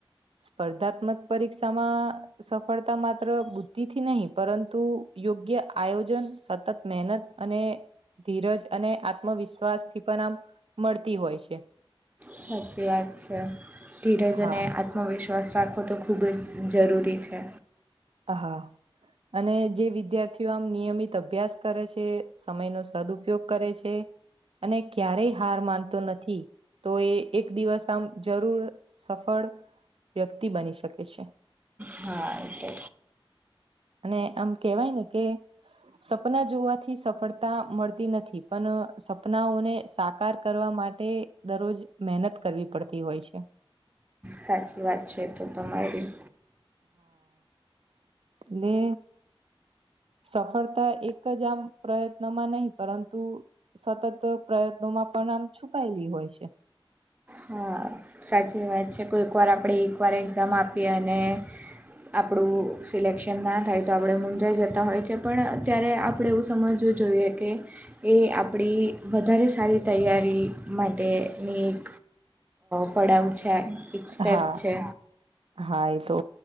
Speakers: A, on the right (about 80°); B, on the right (about 15°).
A: સ્પર્ધાત્મક પરીક્ષામાં સફળતા માત્ર બુદ્ધિથી નહીં પરંતુ યોગ્ય આયોજન સતત મહેનત અને ધીરજ અને આત્મવિશ્વાસ થી પણ આમ મળતી હોય છે.
B: સાચી વાત છે, ધીરજને
A: હા.
B: આત્મવિશ્વાસ રાખો તો ખૂબ જ જરૂરી છે.
A: હા, હા. અને જે વિદ્યાર્થીઓ આમ નિયમિત અભ્યાસ કરે છે, સમયનો સદઉપયોગ કરે છે. અને ક્યારેય હાર માનતો નથી. તો એ એક દિવસ આમ જરૂર સફળ વ્યક્તિ બની શકે છે.
B: હા છે.
A: અને આમ કેવાય ને કે સપના જોવાથી સફળતા મળતી નથી પણ સપનાઓને સાકાર કરવાવામાં. માટે દરરોજ મહેનત કરવી પડતી હોય છે.
B: સાચી વાત છે, તો તમારી
A: બે સફળતા એક જ આમ પ્રયત્નોમાં નહીં પરંતુ સતત પ્રયત્નોમાં પણ નામ છુપાયેલી હોય છે.
B: હા સાચી વાત છે, કોઈકવાર આપણે એકવાર એક્ઝામ આપીએ અને
A: <unintelligible> <inaudible>
B: આપણું સિલેક્શન ના થાય તો આપણે મુંઝાઈ જતા હોય છે, પણ અત્યારે આપણે એવું સમજવું જો જોઈએ કે એ આપણી વધારે સારી તૈયારી માટેની એક
A: <inaudible>
B: પડાાવ છે એક સ્ટેપ
A: હા
B: છે
A: હા એ તો